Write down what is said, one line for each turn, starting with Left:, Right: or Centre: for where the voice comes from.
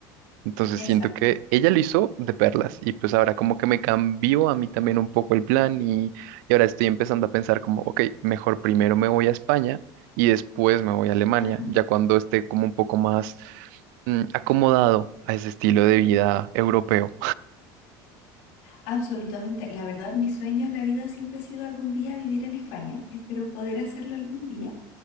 Right: Entonces siento
Left: Exacto.
Right: que ella lo hizo de perlas y pues ahora como que me cambió a mí también un poco el plan y, y ahora estoy empezando a pensar como, ok, mejor primero me voy a España y después me voy a Alemania,
Left: Ajá.
Right: ya cuando esté como un poco más mm, acomodado a ese estilo de vida europeo.
Left: Absolutamente. La verdad, mi sueño en la vida siempre ha sido algún día vivir en España. Espero poder hacerlo algún día.